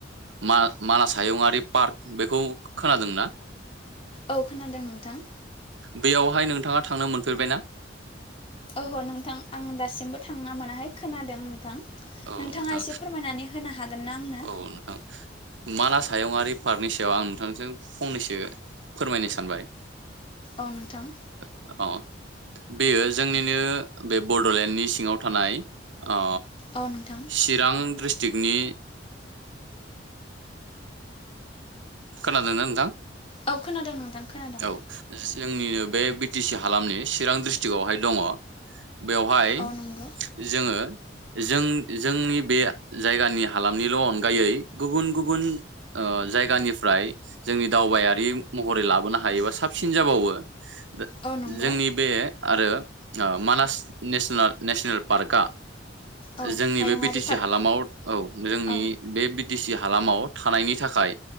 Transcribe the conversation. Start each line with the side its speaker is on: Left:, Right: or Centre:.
Right: मा मानास हायुंआरि पार्क बेखौ खोनादोंना?
Left: औ खोनादों नोंथां।
Right: बैयावहाय नोंथाङा थांनो मोनफेरबाय ना?
Left: ओहो नोंथां आं दासिमबो थांना मोनाहाय खोनादों नोंथां।
Right: औ
Left: नोंथाङा
Right: नोंथां
Left: एसे फोरमायनानै होना हागोन ना? आंनो
Right: औ नोंथां मानास हायुंआरारि पार्कनि सायाव आं नोंथांजों फंनैसो फोरमायनो सानबाय।
Left: अ नोंथां।
Right: अ बेयो जोंनिनो बे बड'लेण्डनि सिङाव थानाय अ
Left: औ नोंथां
Right: चिरां ड्रिस थागनि खोना दोंना नोंथां?
Left: औ खोनादों नोंथां। खोनादों
Right: औ ज जोंनिनो बे बि टि सि हालामनि चिरां डिस्ट्रिक्टआवहाय दङ। बेवहाय
Left: औ नंगौ
Right: जोङो जों जोंनि बे जायगानि हालामनिल' अनगायै गुबुन गुबुन ओ जायगानिफ्राय जोंनि दावबायारि महरै लाबोना हायोबा साबसिन जाबावो दा
Left: औ नंगौ
Right: जोंनि बे आरो आ मानास नेसना नेसनेल पार्का
Left: औ
Right: जोंनि
Left: हायुङारि
Right: बे बि टि सि
Left: पार्क
Right: हालामाव औ जोंनि
Left: औ
Right: बे बि दि सि हालामाव थानायनि थाखाय